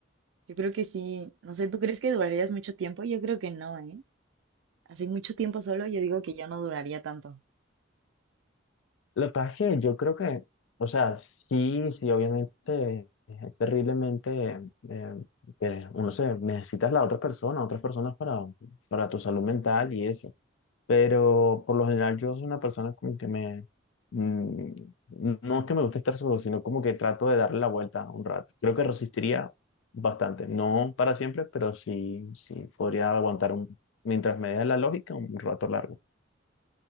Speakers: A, on the right; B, on the left.
A: Yo creo que sí, no sé, ¿tú crees que durarías mucho tiempo? Yo creo que no, ¿eh? Así mucho tiempo solo, yo digo que ya no duraría tanto.
B: Lo que pasa es que yo creo que, o sea, sí, sí, obviamente es terriblemente eh, que uno se necesitas la otra persona, otras personas para, para tu salud mental y eso. Pero por lo general yo soy una persona como que me, mm, no es que me guste estar solo, sino como que trato de darle la vuelta un rato. Creo que resistiría bastante, no para siempre, pero sí, sí, podría aguantar un, mientras me dé la lógica un rato largo.